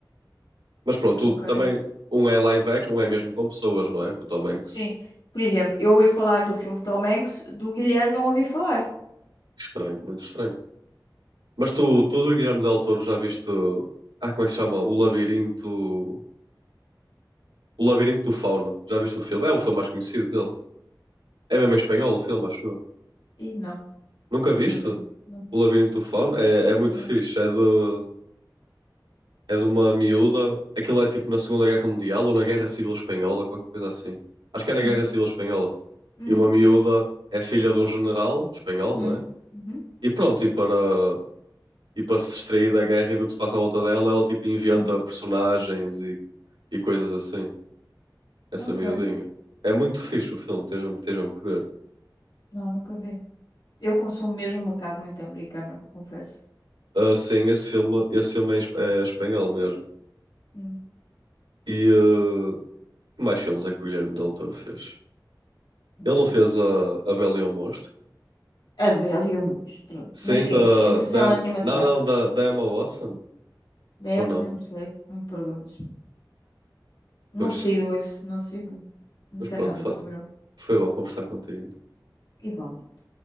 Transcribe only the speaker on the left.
Ok.
Sim. Por exemplo, eu ouvi falar do filme Tom Hanks, do Guilherme não ouvi falar.
Ih, não,
não vi. Não,
não.
Hum,
hum,
hum.
Uhum.
Sim,
ok.
Não, nunca vi. Eu consumo mesmo o mercado muito americano, eu confesso.
Hum,
não
sei.
A Bela e o Monstro.
Mas que
é? Em versão
animação?
Da Em-
Não sei, não me perguntes. Não
sigo esse, não sigo. Não
sei
nada
sobre ele.
Igualmente.